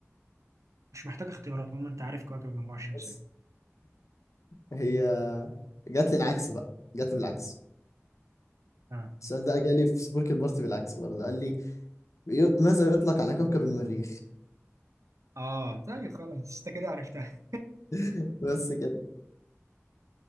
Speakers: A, on the right; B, on the left.
A: مش محتاج اختيارات هم انت عارف كوكب المجموعة الشمسية
B: بس هي جات لي العكس بقى جات لي بالعكس
A: اه
B: السؤال ده جالي في سبورك البارتي بالعكس برضه قال لي بيو- ماذا يطلق على كوكب المريخ
A: اه طيب خلاص انت كده عرفتها
B: <laughs> بس كده